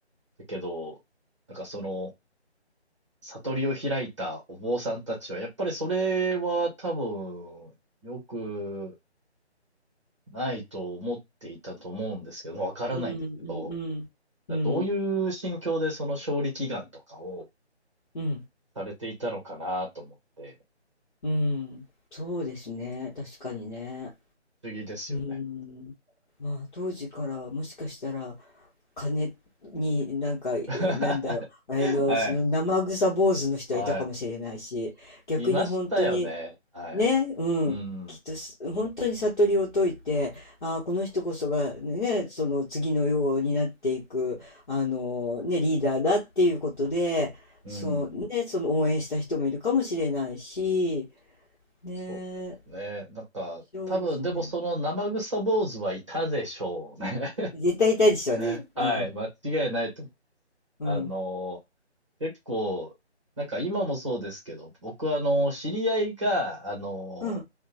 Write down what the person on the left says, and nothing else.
うんうんうんうん
うん
うんそうですね確かにね
うんまあ当時からもしかしたら金になんかえーなんだろうあれのその生臭坊主の人はいたかもしれないし逆に本当に
ね、うん、
きっとす本当に悟りを解いて、ああ、この人こそがね、その次のようになっていく、あのね、リーダーだっていうことで、
そうね、その応援した人もいるかもしれないし、ね、
面
白いですね。
絶対いたいでしょうね。
うん。はい。
うん。
うん。